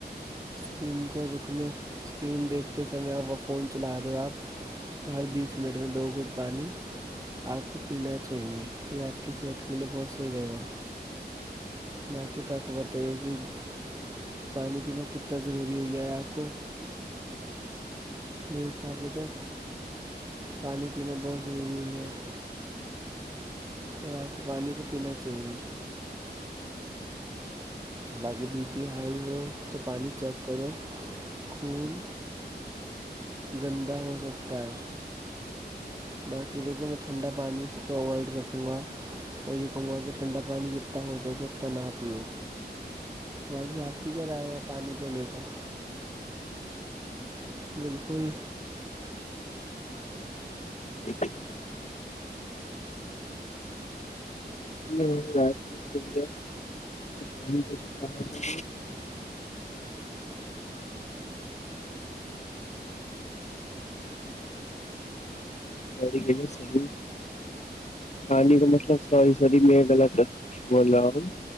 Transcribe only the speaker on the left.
ج <inaudible> <inaudible> <inaudible> باڈی کے لیے صحیح پانی کا مطلب سوری میں غلط بول رہا ہوں